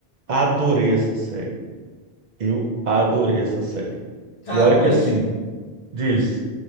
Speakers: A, on the right; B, on the left.
A: adorei essa série. Eu adorei essa série.
B: Cara,
A: E olha
B: olha
A: que assim,
B: que
A: diz,